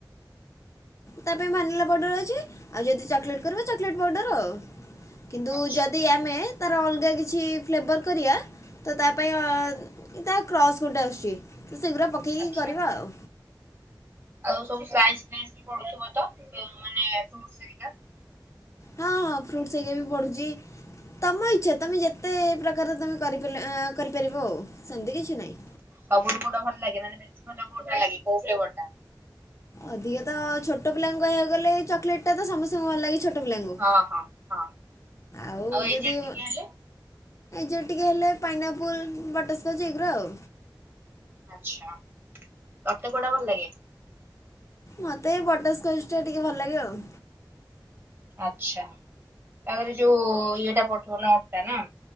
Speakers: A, on the left (about 40°); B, on the right (about 30°).
A: ତା ପାଇଁ ଭାନିଲା ପାଉଡ଼ର ଅଛି ଆଉ ଯଦି ଚକଲେଟ୍ କରିବ ଚକଲେଟ୍ ପାଉଡ଼ର ଆଉ। କିନ୍ତୁ
B: ଆଚ୍ଛା
A: ଯଦି ଆମେ ତାର ଅଲଗା କିଛି ଫ୍ଲେବର୍ କରିବା ତ ତା ପାଇଁ ତା କ୍ରସ୍ ଗୋଟେ ଆସୁଛି ତ ସେଗୁଡ଼ା ପକେଇକି
B: ଆଚ୍ଛା
A: କରିବା ଆଉ।
B: ଆଉ ସବୁ ସ୍ଲାଇସ <unintelligible> ପୁଡୁଥିବ ତ ଏ ମାନେ ଫ୍ରୁଟସ ହେରିକା?
A: ହଁ ହଁ ଫ୍ରୁଟସ ହେଇକା ବି ପଡୁଚି ତମ ଇଛା ତମେ ଯେତେ ପ୍ରକାର ତମେ କରିପାରିଲ ଆ କରିପାରିବ ଆଉ ସେମତି କିଛି ନାହିଁ।
B: ସବୁଠୁ କୋଉଟା ଭଲ ଲାଗେ ମାନେ ବେଶୀ ଭଲ କୋଉଟା ଲାଗେ କଉ ଫ୍ଲେବର ଟା?
A: ଅଧିକା ତ ଛୋଟ ପିଲାଙ୍କୁ କହିବାକୁ ଗଲେ ଏ ଚକଲେଟ ଟା ତ ସମସ୍ତଙ୍କୁ ଭଲ ଲାଗେ ଛୋଟ ପିଲାଙ୍କୁ।
B: ହଁ ହଁ ହଁ
A: ଆଉ
B: ଏଜେଡ୍
A: ଯଦି ଏ
B: ଟିକେ ହେଲେ
A: ଯେ ଟିକିେ ହେଲେ ପାଇନଆପୁଲ୍ ବଟରସ୍କଚ୍ ଏଇଗୁରା ଆଉ।
B: ଆଛା। ତତେ କୋଉଟା ଭଲ ଲାଗେ?
A: ମତେ ବଟର ସ୍କଚ ଟା ଟିକେ ଭଲ ଲାଗେ ଆଉ।
B: ଆଚ୍ଛା। ତାଧିରେ ଯୋଉ ଇଏଟା ପଡୁଥିବ ନଟ ଟା ନା?